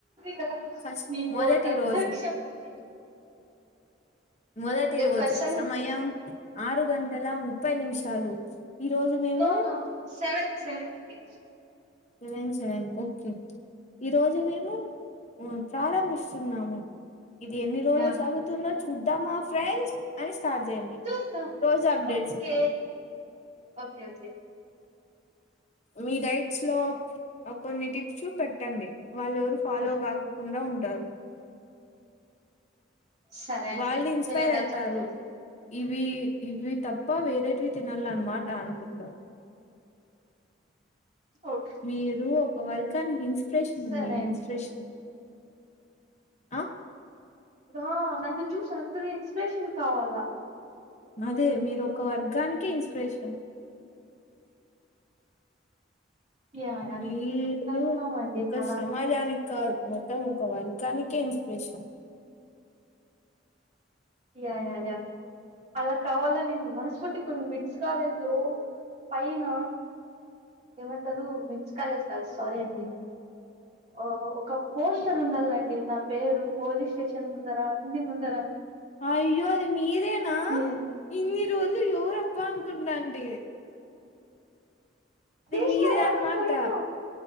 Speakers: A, on the right; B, on the left.
A: నవ
B: ఫస్ట్ మొదటి
A: ఓటగా
B: రోజు
A: దక్షపోత
B: మొదటి
A: రేపు
B: రోజు
A: ఖచ్చితంగా
B: సమయం ఆరు గంటల ముప్పై నిమిషాలు ఈ రోజు మేము
A: నో నో సెవెన్ సెవెన్ కే
B: సెవెన్ సెవెన్ ఓకే ఈ రోజు మేము ప్రారంభస్తుంన్నాము ఇది ఎన్ని రోజులు
A: యా
B: సాగుతున్నట్ చూద్దామా ఫ్రెండ్స్ అని స్టార్ట్ చేయండి
A: చూద్దాం
B: రోజు అప్డేట్స్
A: ఓకే
B: ఇద్దాం
A: ఓకే ఓకే
B: మీ డైక్ స్లో కొన్ని టిప్స్ <unintelligible> ట్టండి వాళ్ళు ఎవరు ఫాలో తాగకుండా ఉంటారు
A: సరే అండి
B: వాళ్ళు ఇన్స్పైర్
A: మీరు ఎలా
B: అయితారు
A: చెప్తార్
B: ఇవి ఇవి తప్పా వేరేటివి తినాలన్ మాట్ ట అనుకుంట
A: ఓకే
B: మీరు వర్గాని ఇన్స్పిరేషన్
A: సరే
B: నుండి ఇన్స్పిరేషన్ ఆ
A: రా నన్ను చూసి అందరుూ ఇన్స్పిరేషన్ కావాల
B: అదే మీరు ఒక వర్గానికి ఇన్స్పిరేషన్
A: యా యా
B: మీరు
A: కన్ఫామ్ అండి
B: ఇంకా
A: అలా
B: సమాజానికి మొత్తం ఒక వర్గానిక ఇన్స్పిరేషన్
A: యాయాయా అలా కావాల నేను మనస్ఫూర్తి కొన్ని మిడ్స్ కాలేజ్ లో పైన ఏమంటారు మిట్స్ కాలేజ్ కా సారీ అమ్మ ఎ ఓ ఒక ఫోన్ షన్ ఉండాలిండి నా పేరు పోలీస్ స్టేషన్ ముందరా అన్ని ముందరా
B: అయ్యోది మీరేనా
A: అని
B: ఇన్ని రోజులు ఎవరబ్బా అనుకుంటాను అండి
A: వేసినారా
B: మీరే అనమాట
A: నా ఫోటో